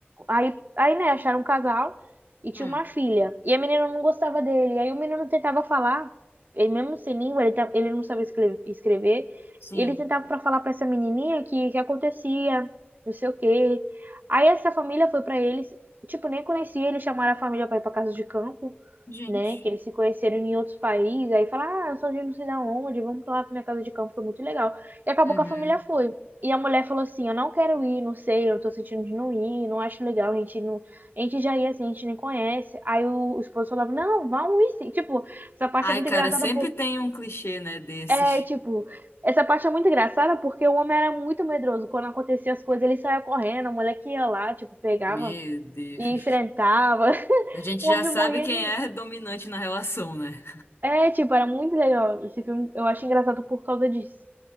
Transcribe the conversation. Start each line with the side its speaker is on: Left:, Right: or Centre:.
Right: aí, aí, né, acharam um casal e tinha
Left: Hum,
Right: uma filha. E a menina não gostava dele. Aí o menino tentava falar, ele mesmo sem língua, ele, tá- ele não sabia escre- escrever.
Left: sim.
Right: e Ele tentava para falar para essa menininha que que acontecia, não sei o quê. Aí essa família foi para eles, tipo, nem conhecia, eles chamaram a família para ir para casa de campo
Left: Gente.
Right: né? Que eles se conheceram em outros países, aí fala, ah, eu sou de não sei da onde, vamos pra lá pra minha casa de campo, foi muito legal. E acabou
Left: Uhum.
Right: que a família foi. E a mulher falou assim, eu não quero ir, não sei, eu tô sentindo de não ir, não acho legal, a gente não. A gente já ia assim, a gente nem conhece. Aí o, o esposo falava, não, vamos ir sim. Tipo, essa parte
Left: Ai,
Right: é muito
Left: cara,
Right: engraçada
Left: sempre
Right: por.
Left: tem um clichê, né, desses.
Right: É, tipo, essa parte é muito engraçada porque o homem era muito medroso. Quando acontecia as coisas, ele saía correndo, a mulher que ia lá, tipo, pegava
Left: Meu Deus.
Right: e enfrentava. <laughs>
Left: A gente
Right: O
Left: já
Right: homem
Left: sabe
Right: morria
Left: quem
Right: de
Left: é dominante na relação, né?
Right: É, tipo, era muito legal. Esse filme eu acho engraçado por causa disso.